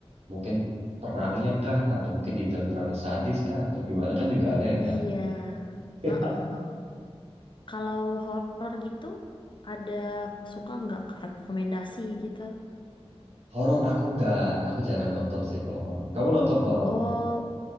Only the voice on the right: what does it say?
mungkin perangnya kah atau mungkin dibilang terlalu sadis kah atau gimana kan juga ada ya
kan. <laughs>
Horor aku nggak, aku jarang nonton sih kalau horor. Kamu nonton horor?